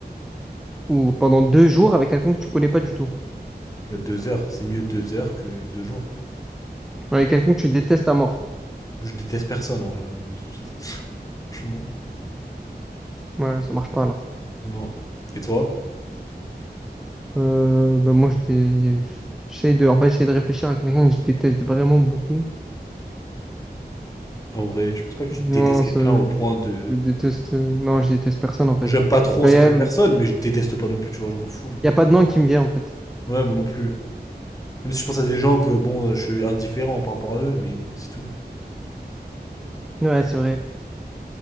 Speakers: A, in the centre; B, on the left.
A: ou pendant deux jours avec quelqu'un que tu connais pas du tout,
B: Euh, Deux heures. C'est mieux deux heures que deux jours.
A: avec quelqu'un que tu détestes à mort.
B: Je déteste personne en vrai là maintenant tout de suite. <laughs> Franchement.
A: Ouais, ça marche pas alors.
B: Non. Et toi?
A: Euh, ben moi, je dé- j'essaie de, en fait, j'essaie de réfléchir à quelqu'un que je déteste vraiment beaucoup.
B: En vrai, je pense pas que tu
A: Non,
B: détestes quelqu'un
A: ça,
B: au
A: je,
B: point de.
A: je déteste, euh, non, je déteste personne en fait.
B: Bon, J'aime pas trop
A: Bah,
B: certaines
A: Il y a,
B: personnes, mais je déteste pas non plus, tu vois, je m'en fous, genre.
A: y a pas de nom qui me vient en fait.
B: Ouais, moi non plus. Même si je pense à des gens que, bon, euh, je suis indifférent par rapport à eux, mais c'est tout.
A: Ouais, c'est vrai.